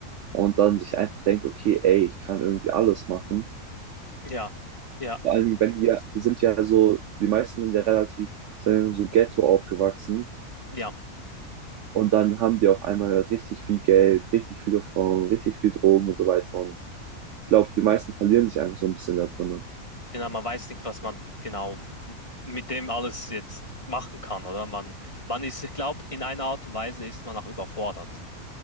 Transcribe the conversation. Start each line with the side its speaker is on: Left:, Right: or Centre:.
Right: und dann sich einfach denkt, okay, ey, ich kann irgendwie alles machen.
Left: ja, ja,
Right: Vor allem, wenn wir, die sind ja so, die meisten sind ja relativ, sind so Ghetto aufgewachsen
Left: ja.
Right: und dann haben die auf einmal richtig viel Geld, richtig viele Frauen, richtig viel Drogen und so weiter. Und ich glaube, die meisten verlieren sich einfach so ein bisschen da drin.
Left: Genau, man weiß nicht, was man genau mit dem alles jetzt machen kann, oder? Man, man ist, ich glaube, in einer Art und Weise ist man auch überfordert.